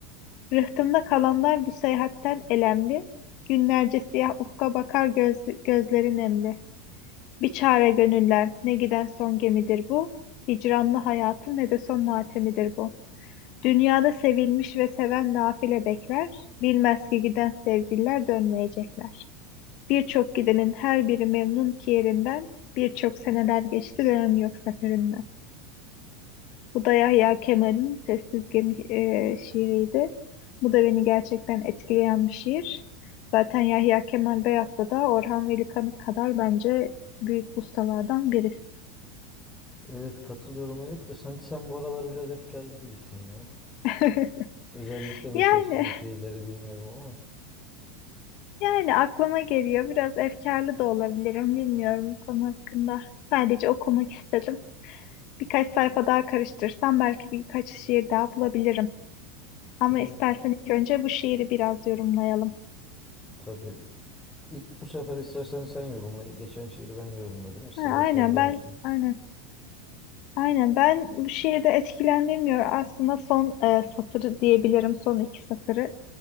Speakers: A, on the left; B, on the left.
A: Rıhtımda kalanlar bu seyahatten elemli. Günlerce siyah ufka bakar göz, gözleri nemli. Bir çare gönüller ne giden son gemidir bu. Hicranlı hayatın ne de son matemidir bu. Dünyada sevilmiş ve seven nafile bekler. Bilmez ki giden sevgililer dönmeyecekler. Birçok gidenin her biri memnun ki yerinden. Birçok seneler geçti dönem yok seferinden. Bu da Yahya Kemal'in Sessiz Gemi e, şiiriydi. Bu da beni gerçekten etkileyen bir şiir. Zaten Yahya Kemal Beyat'ta da Orhan Veli Kanık kadar bence büyük ustalardan biri.
B: Evet katılıyorum Elif de sanki sen bu aralar biraz efkarlı gibisin ya.
A: <laughs>
B: Özellikle mi
A: Yani
B: seçtim bu şiirleri bilmiyorum ama.
A: yani aklıma geliyor. Biraz efkarlı da olabilirim. Bilmiyorum bu konu hakkında. Sadece okumak istedim. Birkaç sayfa daha karıştırsam belki birkaç şiir daha bulabilirim. Ama
B: Evet.
A: istersen ilk önce bu şiiri biraz yorumlayalım.
B: Tabii. İlk bu sefer istersen sen yorumla. Geçen şiiri ben yorumladım. Sıra
A: Ha,
B: sende
A: aynen
B: olsun.
A: ben aynen Aynen ben bu şiirde etkilendirmiyor aslında son e, satırı diyebilirim son iki satırı.